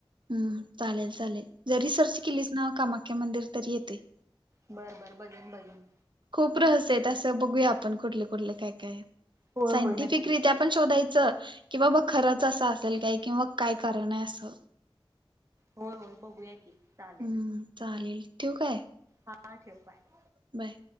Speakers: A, on the right; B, on the right.
A: हम्म चालेल चालेल जरी सर्च केलीस ना कामाख्या मंदिर तरी येतय.
B: बरं बरं बघेन - बघेन.
A: खूप रहस्य असं बघूया आपण कुठले -कुठले काय -काय आहेत
B: होय
A: सायंटिफिक
B: होय नक्की
A: रीत्या पण शोधायचं की बाबा खरंच असं असेल काय किंवा काय कारण आहे असं
B: होय -होय बघूया की चालेल
A: हम्म चालेल. ठेऊ काय?
B: हा ठेव बाय.
A: बाय.